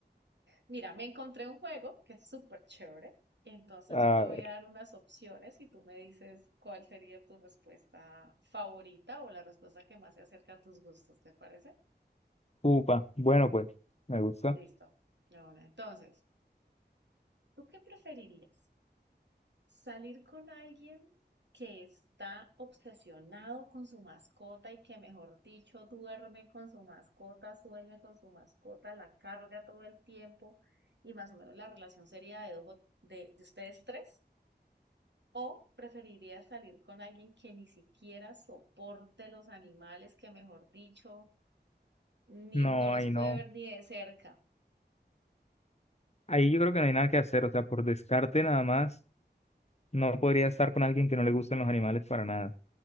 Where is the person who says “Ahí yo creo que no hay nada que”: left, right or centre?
Left